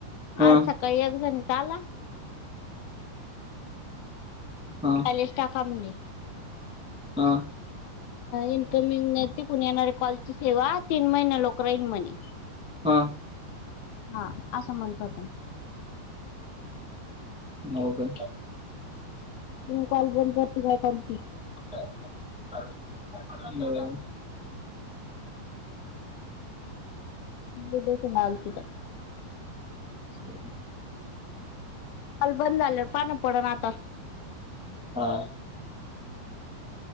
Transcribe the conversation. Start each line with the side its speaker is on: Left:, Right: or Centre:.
Centre: हं
Left: आज सकाळी एक जणीचा आला.
Centre: हां
Left: बॅलन्स टाका म्हणे.
Centre: हां
Left: इन्कमिंग नाही तिकून येणारे कॉलची सेवा तीन महिने लोक राहीन म्हणे‌
Centre: हां
Left: हा असं म्हणत होते.
Centre: हो का
Left: म कॉल बंद करते काय <unintelligible>
Centre: <unintelligible>
Left: <unintelligible>
Centre: <inaudible>
Left: काल बंद झालंय पान पडन आता.
Centre: हां
Left: - <inaudible>